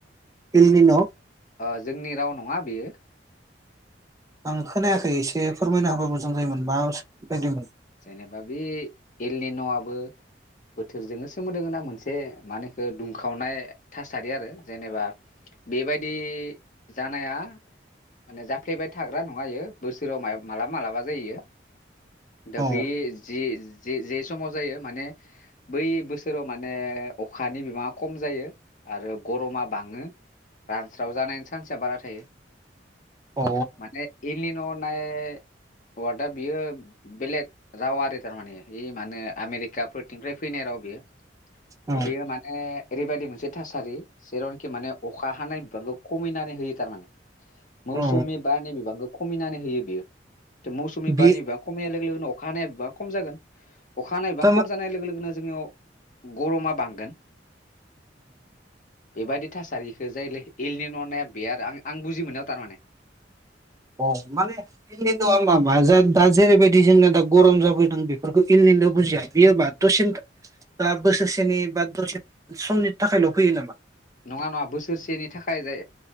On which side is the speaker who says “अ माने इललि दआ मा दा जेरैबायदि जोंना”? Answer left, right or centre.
Right